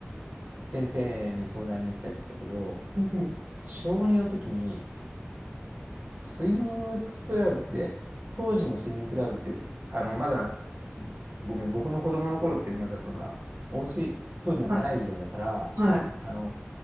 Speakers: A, on the right (about 40°); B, on the right (about 80°).
A: 先生に相談に行ったりしてたけど、
B: うんうん
A: 小2の時にスイミングクラブって、当時のスイミングクラブって、あの、まだ、ごめん、僕の子供の頃ってまだそんな、温水プールなんかない時代だから、
B: はい、はい、
A: あの、